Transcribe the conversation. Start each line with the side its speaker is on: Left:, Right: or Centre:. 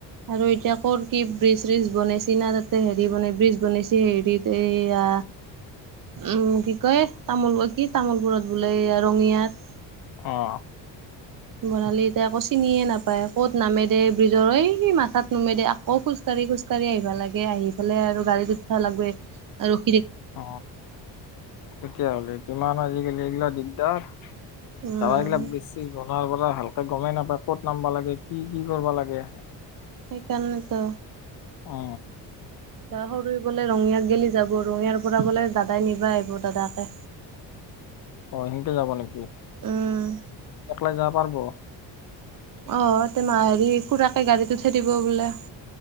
Right: আৰু এতিয়া কৰ কি ব্ৰিজ চিজ বনাইছে না তাতে হেৰি বনাই ব্ৰিজ বনাইছে হেৰিত এইয়া উম কি কয় তামোল কি তামোলপুৰত বোলে ৰঙিয়াত
Left: অহ
Right: বৰালি এতিয়া আকৌ চিনিয়ে নাপায় কত নামে দে ব্ৰিজৰ এই মাথাত নুমে দে আকৌ খোজ কাঢ়ে খালি খোজকাঢ়ি আহিবা লাগে আহি পালে আৰু গাড়ীত উঠব লাগে আৰু
Left: অ তেতিয়াহলে কিমান আজি কালি এইগিলা দিগদাৰ
Right: উম
Left: টাৱাৰ গিলাক বিজ চিছ বনোৱাৰ পৰা ভালকে গমেই নাপায় ক'ত নামবা লাগে কি কি কৰিবা লাগে
Right: সেইকাৰণেতো
Left: উ
Right: এ সৰু বোলে ৰঙিয়াক গেলি যাব ৰঙিয়াৰ পৰা বোলে দাদাই নিব আহিব দাদাকে
Left: অ সেনেকে যাব নেকি?
Right: উম
Left: অকেলাই যাব পাৰব
Right: অ তেম হেৰি খুৰাকে গাড়ীতটো থে দিব বোলে